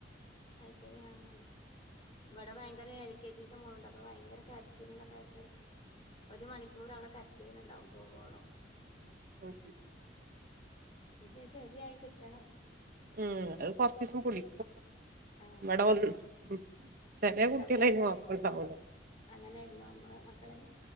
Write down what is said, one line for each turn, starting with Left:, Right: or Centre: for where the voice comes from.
Left: അതയി ശരി ആഹ്‌ ഇവിടെ ഭയങ്കര എൽ കെ ജി ണ്ട് അപ്പൊ ഭയങ്കര കരച്ചീലോക്കെ ആയിട്ട് ഒരു മണിക് ഓള് അവളടെ കരച്ചിലിനണ്ടാവും പോവോളം
Right: ഓക്കെ
Left: പിന്നെ ശരിയായി കിട്ടണം
Right: ഉം അത് കൊറച്ചവസം കുടി
Left: ആഹ്
Right: ഇവിടെ വന്ന് ചേലെ കുട്ടിയാള്
Left: അവിടെ
Right: ഇന്ന വർക്കൊണ്ടാാവോ
Left: അങ്ങനെയായിരുന്നോ ങ്ങളെ മക്കള്